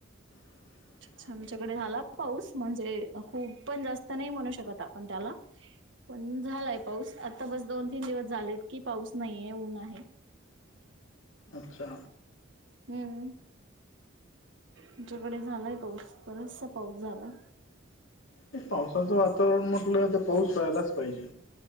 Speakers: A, on the left (about 80°); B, on the right (about 65°).
A: <inaudible>
B: अच्छ आमच्याकडे झाला पाऊस म्हणजे खूप पण जास्त नाही म्हणू शकत आपण त्याला पण झालाय पाऊस आता बस दोन तीन दिवस झालेत की पाऊस नाहीे ऊन आहे
A: अच्छा
B: हम्म तुमच्याकडे झालाय पाऊस बराचसा पाऊस झालाय
A: एक पावसाचं वातावरण म्हटलं ते पाऊस रा्हायलाच पाहिजे